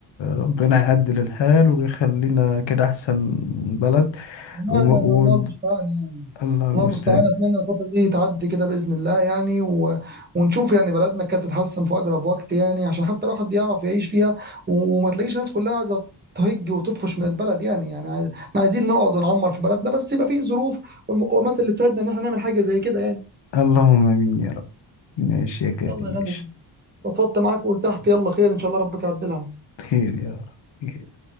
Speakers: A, on the left (about 75°); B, on the right (about 25°).
A: ربنا يعدل الحال ويخلينا كده أحسن بلد
B: والله
A: وم... و...
B: يعني الله المستعان يعني
A: الله المستعان
B: الله المستعان أتمنى الفترة دي تعدي كده بإذن الله يعني و... ونشوف يعني بلدنا كانت تتحسن في أقرب وقت يعني عشان حتى الواحد يعرف يعيش فيها وما تلاقيش الناس كلها عايزة تهج وتطفش من البلد يعني يعني عايز... احنا عايزين نقعد ونعمر في بلدنا بس يبقى فيه ظروف والمقومات اللي تساعدنا ان احنا نعمل حاجة زي كده يعني
A: اللهم آمين يا رب ماشي يا كريم
B: يلا يا غالي
A: ماشي
B: اتفضت معاك وقلت تحت يلا خير ان شاء الله ربك يعدلها
A: خير يا رب